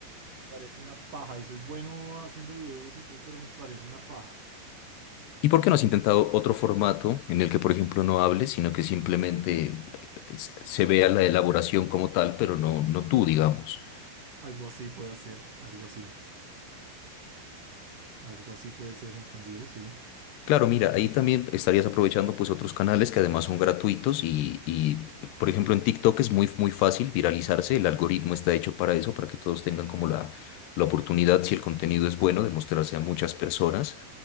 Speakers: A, on the right; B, on the left.
A: me parece una paja. Y soy bueno haciendo videos y todo, pero me parece una paja.
B: ¿Y por qué no has intentado otro formato en el que, por ejemplo, no hables, sino que simplemente eh, se se vea la elaboración como tal, pero no, no tú, digamos?
A: Algo así puede hacer, algo así. Algo así puede ser entendido, sí.
B: Claro, mira, ahí también estarías aprovechando pues otros canales que además son gratuitos y, y, por ejemplo en TikTok es muy, muy fácil viralizarse, el algoritmo está hecho para eso, para que todos tengan como la, la oportunidad, si el contenido es bueno, de mostrarse a muchas personas.